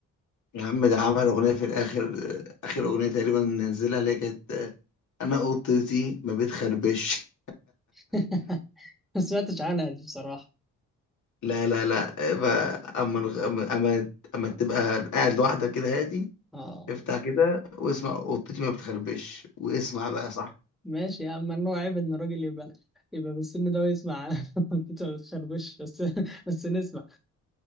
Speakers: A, on the left (about 60°); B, in the centre.
A: يا عم ده عمل اغنيه في الاخر آه، اخر اغنيه تقريبا نزلها اللي هي كانت آه، انا اوضتي ما بتخربش
B: <laughs> ما سمعتش عنها دي بصراحه
A: لا لا لا آه، ف- اما اما اما أما تبقى قاعد لوحدك كده هادي
B: اه
A: افتح كده واسمع اوضتي ما بتخربش واسمع بقى صح
B: ماشي يا عم ممنوع عيب ان الراجل يبقى يبقى بالسن ده ويسمع <laughs> انت ما بتخربش <laughs> بس بس نسمع